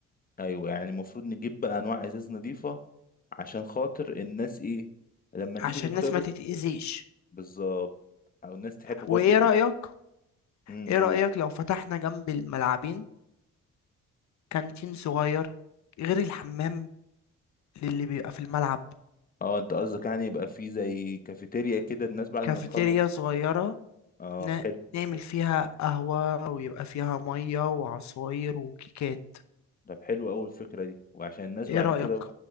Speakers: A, on the left; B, on the left.
A: ايوه يعني المفروض نجيب بقى انواع ازاز نظيفة عشان خاطر الناس ايه لما تيجي
B: عشان
A: تتخبط
B: الناس ما تتأذيش
A: بالظبط او الناس تحب برضو
B: وإيه
A: تيجي
B: رأيك
A: امم
B: إيه
A: قول
B: رأيك لو فتحنا جنب الملعبين كانتين صغير غير الحمام اللي بيبقى في الملعب
A: اه انت قصدك يعني يبقى في زي كافيتيريا كده الناس بعد
B: كافيتيريا
A: ما تخلص
B: صغيرة
A: اه
B: ن...
A: حلو
B: نعمل فيها قهوة ويبقى فيها مية وعصاير وكيكات
A: طب حلو أوي الفكرة دي وعشان الناس
B: إيه
A: بعد
B: رأيك
A: كده